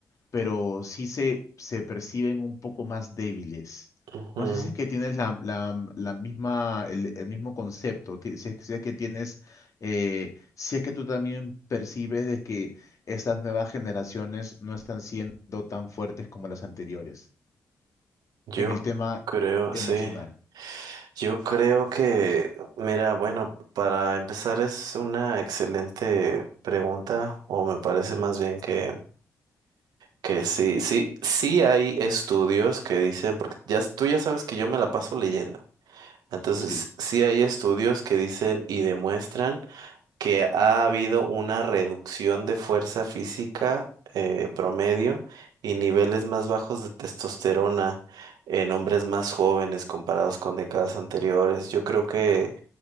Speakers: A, on the left; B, on the right.
A: pero sí se, se perciben un poco más débiles.
B: ujú.
A: No sé si es que tienes la, la- la misma, el, el mismo concepto, ti- si es, si es que tienes, eh, si es que tú también percibes de que estas nuevas generaciones no están siendo tan fuertes como las anteriores
B: Yo
A: en el tema
B: creo,
A: emocional.
B: sí. Yo creo que, mira, bueno, para empezar es una excelente pregunta, o me parece más bien que, que sí, sí, sí hay estudios que dicen, porque ya, s- tú ya sabes que yo me la paso leyendo. Entonces,
A: Sí.
B: sí hay estudios que dicen y demuestran. que ha habido una reducción de fuerza física eh, promedio y niveles más bajos de testosterona en hombres más jóvenes comparados con décadas anteriores. Yo creo que,